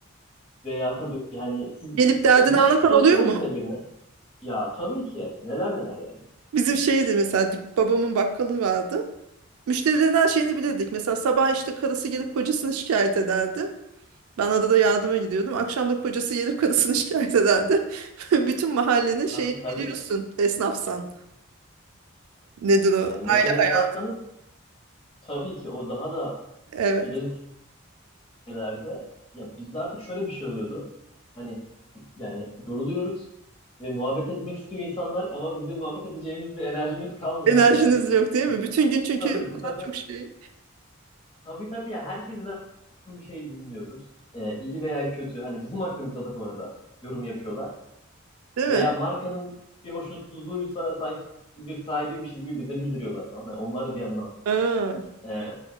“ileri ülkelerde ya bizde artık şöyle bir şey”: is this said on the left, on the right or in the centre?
Left